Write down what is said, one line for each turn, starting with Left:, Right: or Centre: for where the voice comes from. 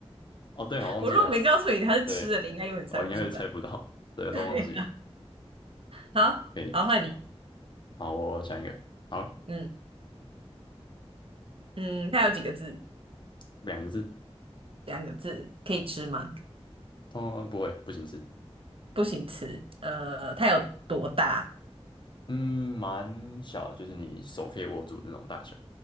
Left: 哦，对，我忘记有吃，
Right: 我如果没告诉你它是吃的，
Left: 对，
Right: 你应该永远猜不出来。
Left: 我应该会猜不到，
Right: <laughs>
Left: 对，我都忘记了。
Right: 对呀、好，
Left: 可以，
Right: 好换你，
Left: 好，我想一个，好，
Right: 嗯嗯，它有几个字？
Left: 两个字，
Right: 两个字，可以吃吗？
Left: 哦，不会，不行吃，
Right: 不行吃，呃，它有多大？
Left: 嗯，蛮小的，就是你手可以握住的那种大小，